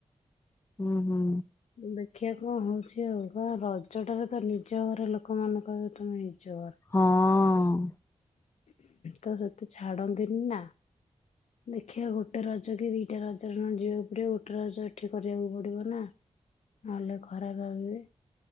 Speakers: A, on the left (about 25°); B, on the left (about 80°).
A: ହୁଁ ହୁଁ
B: ଦେଖିବା କଣ ହଉଛି ଆଉ ବା ରଜ ଟା ତ ନିଜ ଘର ଲୋକମାନଙ୍କ ଠୁ ନେଇ ନିଜ
A: ହଁ ହଁ
B: ତ ସେତେ ଛାଡନ୍ତିନି ନା ଦେଖିବା ଗୋଟେ ରଜ କି ଦିଟା ରଜରେ ନ ଯିବାକୁ ପଡିବ ଗୋଟେ ରଜ ଏଠି କରିବାକୁ ପଡିବ ନା ନହେଲେ ଖରାପ ଭାବିବେ